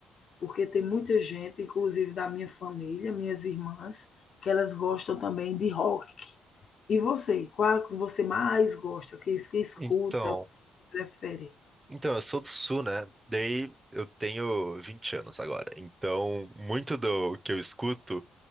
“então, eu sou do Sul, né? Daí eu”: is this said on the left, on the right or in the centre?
Right